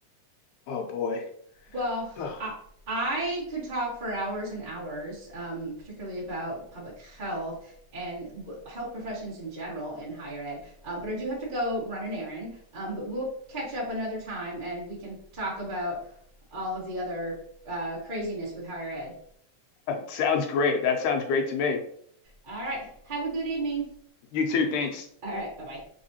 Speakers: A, on the left; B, on the right.
A: oh boy.
B: Well,
A: Oh,
B: I, I could talk for hours and hours, um, particularly about public health and w- health professions in general in higher ed. Um, but I do have to go run an errand. Um, but we'll catch up another time and we can talk about all of the other uh, craziness with higher ed.
A: sounds great. That sounds great to me.
B: All right. Have a good evening.
A: You too. Thanks.
B: All right. Bye bye.